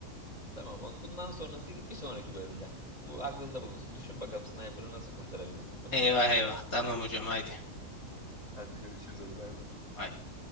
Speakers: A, on the left; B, on the left.
A: Tamam. Bundan sonrası bir sonraki bölümde. Bu aklında bulunsun. Düşün bakalım Sniper'ı nasıl kurtarabilirsin tamam?
B: Eyvah eyvah. Tamam hocam haydi.
A: Hadi görüşürüz hadi bay bay.
B: Bay